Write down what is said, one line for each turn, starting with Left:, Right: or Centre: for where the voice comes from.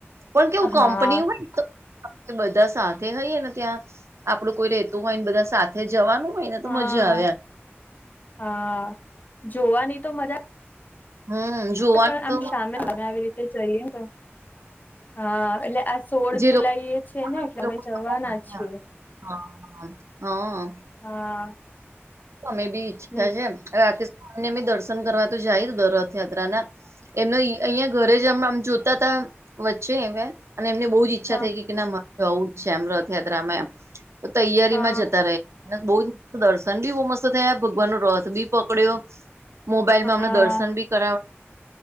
Right: પણ કેવું કંપની
Left: હા
Right: હોય બધા સાથે હોઈએ ને ત્યાં આપડું કોઈ રતું હોય ને બધા સાથે જવાનું હોય ને તો
Left: હા
Right: મજા આવે
Left: હા જોવાની તો મજા
Right: હમ જોવાનું
Left: પણ આમ
Right: તો મજા
Left: સામે
Right: આવે
Left: અમે આવી રીતે જઈએ હા એટલે આ સોળ
Right: જે
Left: જુલાઈ
Right: લોકો
Left: એ છે ને એટલે
Right: બહુ
Left: અમે
Right: મજા
Left: જવાના છીએ
Right: આવે. હા હા
Left: હા
Right: તમે બી ઈચ્છા
Left: મે
Right: છે રાત્રે અને એમે દર્શન કરવા તો જાય રથયાત્રા ના એમને અહિયાં ઘરે જ હમણા જોતા ત વચ્ચે એ અને એમને બહુ જ ઈચ્છા
Left: હા
Right: થઈ કે કે ના જવું જ છે એમ રથયાત્રામાં એમ તો તૈયારીમાં
Left: હા
Right: જતા રહયા બહ જ દર્શન બી બહુ મસ્ત થયા ભગવાન નો રથ બી પકડ્યો મોબાઈલમાં
Left: હા
Right: અમણા દર્શન બી કરાવ